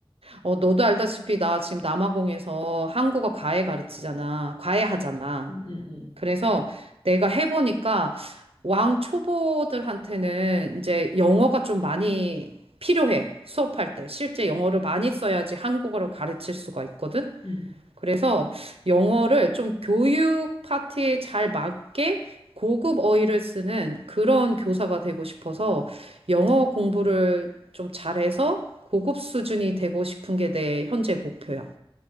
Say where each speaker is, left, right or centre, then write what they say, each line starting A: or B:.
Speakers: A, on the right; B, on the left.
A: 어, 너도 알다시피 나 지금 남아공에서 한국어 과외 가르치잖아. 과외 하잖아.
B: 응, 응, 응.
A: 그래서 내가 해보니까 왕 초보들한테는 이제 영어가 좀 많이 필요해. 수업할 때. 실제 영어를 많이 써야지 한국어를 가르칠 수가 있거든.
B: 응.
A: 그래서 영어를 좀 교육 파트에 잘 맞게 고급 어휘를 쓰는 그런 교사가 되고 싶어서 영어 공부를 좀 잘해서 고급 수준이 되고 싶은 게 내 현재 목표야.